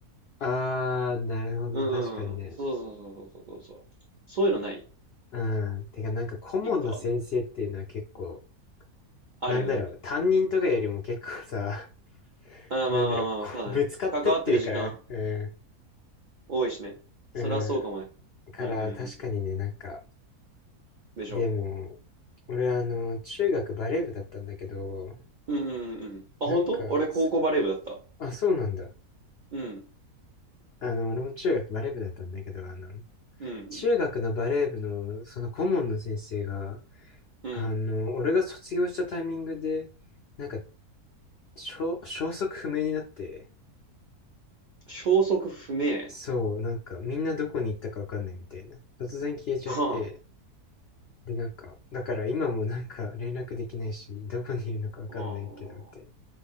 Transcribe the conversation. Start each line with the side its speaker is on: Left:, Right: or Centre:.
Left: あー、なるほど。
Right: うんうん。
Left: 確かにね。
Right: そうそうそうそうそうそう。そういうのない
Left: うん。てか、なんか顧問の先生っていうのは結構、
Right: リクトは。あるよね。
Left: なんだろう、担任とかよりも結構さ、<laughs>
Right: ああ、
Left: なんだろう、
Right: まあまあまあまあ、
Left: こうぶつかってってるから、
Right: そうだね。関わってる時間
Left: う
Right: 多いしね。それはそうかもね。
Left: ん、うん。から、
Right: うんうんうんうん。
Left: 確かにね、なんか、
Right: でしょ
Left: でも、俺あの、中学バレー部だったんだけど、
Right: うんうんうんうん。あ、
Left: なんか、
Right: 本当俺高校バレー部だった。
Left: そあ、そうなんだ。
Right: うん、
Left: あの、俺も中学バレー部だったんだけど、あの、
Right: うん、
Left: 中学のバレー部の、その顧問の先生が、
Right: うん。
Left: あの、俺が卒業したタイミングで、なんか消、消息不明になって、
Right: 消息不明。
Left: そう、なんかみんなどこに行ったかわかんないみたいな。突然消えちゃって、
Right: は
Left: で、なんか、だから今もなんか連絡できないし、どこにいるのかわかんないけど、
Right: あ、は
Left: みたい